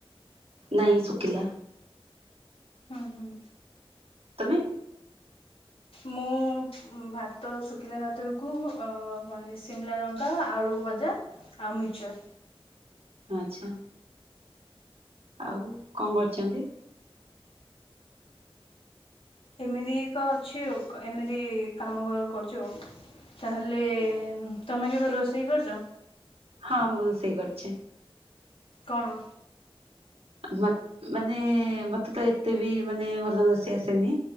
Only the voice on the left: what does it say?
ହୁଁ ହୁଁ।
ମୁଁ ଭାତ ଶୁଖିଲା ଭାତକୁ ଅ କଣ କି ଶିମିଲା ଲଙ୍କ୍ ଙ୍କା ଆଳୁ ଭଜା ଆଉ ମିର୍ଚ।
ଏମିତି ଏକ ଅଛି ଆଉ କ ଏମିତି କାମ କର କରୁଛି ଆଉ। ତାହେଲେ ତମେ କେବେ ରୋଷେଇ କରିଛ?
କଣ?